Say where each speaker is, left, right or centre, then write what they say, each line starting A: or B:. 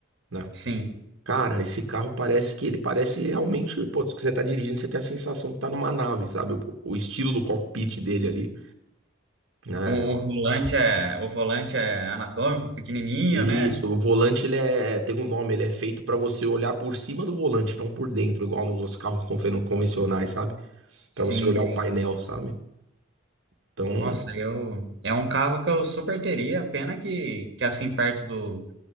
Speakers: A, on the right; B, on the right.
A: né?
B: sim.
A: Cara, esse carro parece que ele parece realmente. Pô, que você tá dirigindo, você tem a sensação que tá numa nave, sabe? O, o estilo do cockpit dele ali né?
B: O, o volante é, o volante é anatômico, pequenininho,
A: Isso,
B: né?
A: o volante ele é, é, tem um nome, ele é feito pra você olhar por cima do volante, não por dentro, igual nos outros carros conven- convencionais, sabe? Pra
B: Sim,
A: você olhar
B: sim.
A: o painel, sabe? Então,
B: Nossa, eu, é um carro que eu super teria, pena que, que assim, perto do,